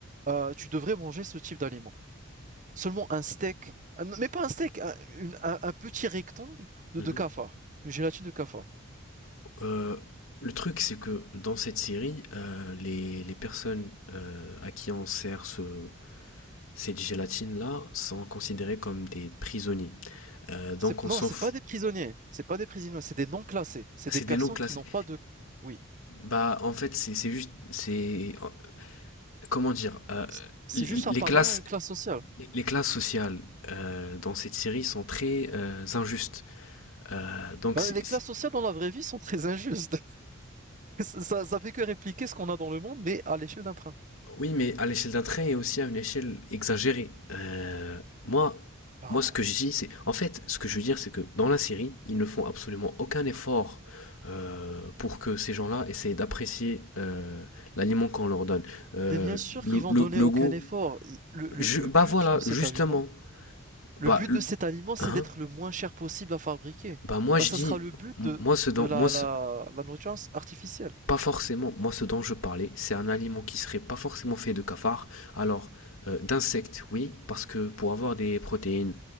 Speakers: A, on the right (about 40°); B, on the left (about 80°).
A: heu, tu devrais manger ce type d'aliment Seulement un steak, un mais pas un steak, un une un un petit rectangle de
B: Mhm.
A: de cafard, une gélatine de cafard.
B: Euh, le truc, c'est que dans cette série, euh, les, les personnes euh, à qui on sert ce, cette gélatine-là sont considérées comme des prisonniers. Euh, donc
A: C'est
B: on
A: non,
B: s'en
A: c'est
B: fout.
A: pas des prisonniers, c'est pas des prisonniers, c'est des non classés, c'est
B: C'est
A: des personnes
B: des noms classés.
A: qui n'ont pas de oui.
B: Bah, en fait, c'est c'est juste. C'est. euh, Comment dire euh,
A: c- C'est
B: les, les
A: juste un parallèle
B: classes
A: à une classe sociale.
B: Les les classes sociales euh, dans cette série sont très euh, injustes. Euh, donc,
A: Bah,
B: c'est-
A: les
B: c'est-
A: classes sociales dans la vraie vie sont très injustes. <laughs> Ça, ça ça fait que répliquer ce qu'on a dans le monde, mais à l'échelle d'un train.
B: oui, mais à l'échelle d'un train et aussi à une échelle exagérée. Euh, moi,
A: Ah.
B: moi, ce que je dis, c'est. En fait, ce que je veux dire, c'est que dans la série, ils ne font absolument aucun effort euh, pour que ces gens-là essayent d'apprécier euh, l'aliment qu'on leur donne. Euh,
A: Mais bien sûr
B: le,
A: qu'ils vont
B: le,
A: donner
B: le
A: aucun
B: goût.
A: effort. I- Le, le,
B: Je,
A: le
B: bah
A: but
B: voilà,
A: de cet
B: justement.
A: aliment, le
B: Bah,
A: but
B: le-
A: de cet aliment, c'est
B: hein,
A: d'être le moins cher possible à fabriquer.
B: bah moi,
A: Bah,
B: je
A: ça
B: dis.
A: sera le but
B: m-
A: de,
B: Moi, ce dont,
A: de la,
B: moi, ce-
A: la, la nourriture artificielle.
B: pas forcément, moi ce dont je parlais, c'est un aliment qui serait pas forcément fait de cafards, alors euh, d'insectes, oui, parce que pour avoir des protéines